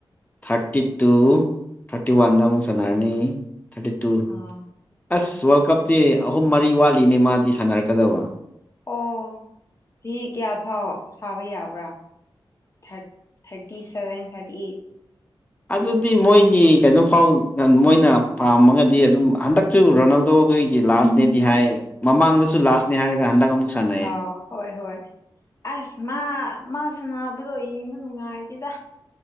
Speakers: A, on the left; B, on the left.
A: ꯊꯥꯔꯇꯤ ꯇꯨ ꯊꯥꯔꯇꯤ ꯋꯥꯟꯗ ꯑꯃꯨꯛ ꯁꯥꯟꯅꯔꯅꯤ ꯊꯥꯔꯇꯤ ꯇꯨ
B: ꯑꯥ
A: ꯑꯁ ꯋꯥꯔꯜ ꯀꯞꯇꯤ ꯑꯍꯨꯝ ꯃꯔꯤ ꯋꯥꯠꯂꯤꯅꯦ ꯃꯥꯗꯤ ꯁꯥꯟꯅꯔꯛꯀꯗꯕ
B: ꯑꯣ ꯆꯍꯤ ꯀꯌꯥ ꯐꯥꯎ ꯁꯥꯕ ꯌꯥꯕ꯭ꯔꯥ ꯊꯔ ꯊꯥꯔꯇꯤ ꯁꯚꯦꯟ ꯊꯥꯔꯇꯤ ꯑꯩꯠ
A: ꯑꯗꯨꯗꯤ ꯃꯣꯏꯒꯤ ꯀꯩꯅꯣ ꯐꯥꯎ ꯃꯣꯏꯅ ꯄꯥꯝꯃꯒꯗꯤ ꯑꯗꯨꯝ ꯍꯟꯗꯛ ꯁꯨ ꯔꯣꯅꯥꯜꯗꯣ ꯈꯣꯏꯒꯤ ꯂꯥꯁꯅꯦꯗꯤ ꯍꯥꯏ ꯃꯃꯥꯡꯗꯁꯨ ꯂꯥꯁꯅꯦ ꯍꯥꯏꯔꯒ ꯍꯟꯗꯛ ꯑꯃꯨꯛ ꯁꯥꯟꯅꯩꯌꯦ
B: ꯑꯥꯎ ꯍꯣꯏ ꯍꯣꯏ ꯑꯁ ꯃꯥ ꯃꯥ ꯁꯅꯥꯅꯕꯗꯣ ꯌꯦꯡꯕ ꯅꯨꯡꯉꯥꯏꯇꯦꯗ